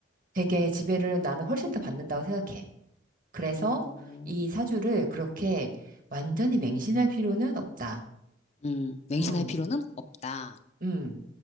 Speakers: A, on the right (about 50°); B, on the left (about 35°).
A: 되게 지배를 나는 훨씬 더 받는다고 생각해. 그래서
B: 어,
A: 이 사주를 그렇게 완전히 맹신할 필요는 없다.
B: 음, 맹신할
A: 음,
B: 필요는 없다.
A: 음.